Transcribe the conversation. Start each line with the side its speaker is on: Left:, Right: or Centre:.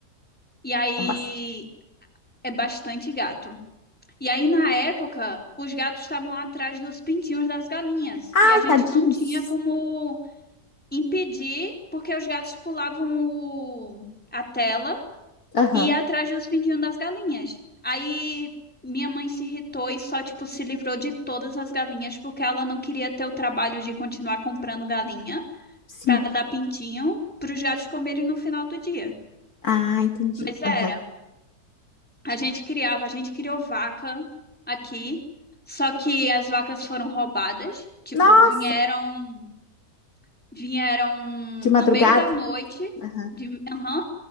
Centre: E aí
Left: São bastante.
Centre: é bastante gato. E aí, na época, os gatos estavam atrás dos pintinhos das galinhas.
Left: Ai,
Centre: E a gente
Left: tadinhos.
Centre: não tinha como impedir, porque os gatos pulavam o- a tela
Left: Aham,
Centre: e ia
Left: uhum.
Centre: atrás dos pinguinhos das galinhas. Aí minha mãe se irritou e só, tipo, se livrou de todas as galinhas, porque ela não queria ter o trabalho de continuar comprando galinha
Left: sim.
Centre: pra dar pintinho pros gatos comerem no final do dia.
Left: Ah, entendi.
Centre: Mas era.
Left: Aham.
Centre: A gente criava, a gente criou vaca aqui, só que as vacas foram roubadas. Tipo,
Left: Nossa,
Centre: vieram, vieram
Left: de madrugada.
Centre: no meio da noite,
Left: Aham.
Centre: de, aham,